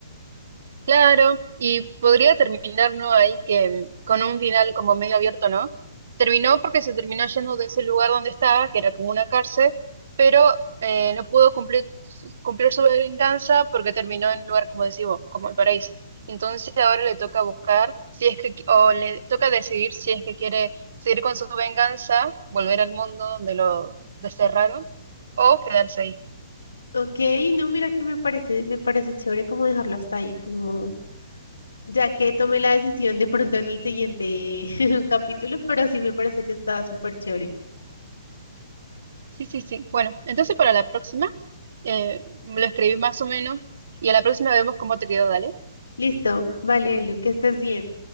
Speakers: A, on the right; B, on the left.
A: Claro, y podría terminar, ¿no? Ahí que mm, con un final como medio abierto, ¿no? Terminó porque se terminó yendo de ese lugar donde estaba, que era como una cárcel, pero eh, no pudo cumplir, su- cumplir su venganza porque terminó en un lugar, como decís vos, como el paraíso. Entonces ahora le toca buscar si es que, qui- o le toca decidir si es que quiere seguir con su venganza, volver al mundo donde lo desterraron, o quedarse ahí.
B: Ok, no, mira que me parece, me parece chévere como dejarlo hasta ahí, como ya que tomé la decisión de pronto en el siguiente <laughs> capítulo, pero sí me parece que está súper chévere.
A: Sí, sí, sí. Bueno, entonces para la próxima. Eh, lo escribí más o menos y a la próxima vemos cómo te quedó, dale.
B: Listo, vale, Lu, que estés bien.